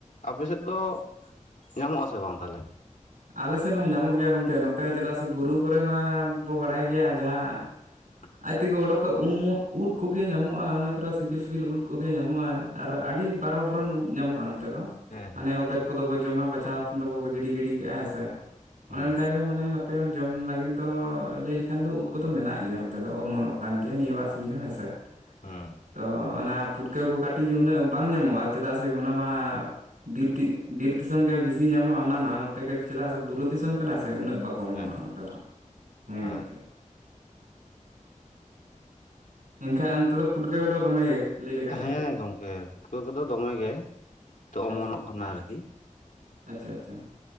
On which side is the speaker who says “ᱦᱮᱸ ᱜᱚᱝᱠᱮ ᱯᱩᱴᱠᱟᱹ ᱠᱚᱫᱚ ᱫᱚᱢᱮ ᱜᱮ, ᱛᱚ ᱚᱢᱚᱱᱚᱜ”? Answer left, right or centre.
Left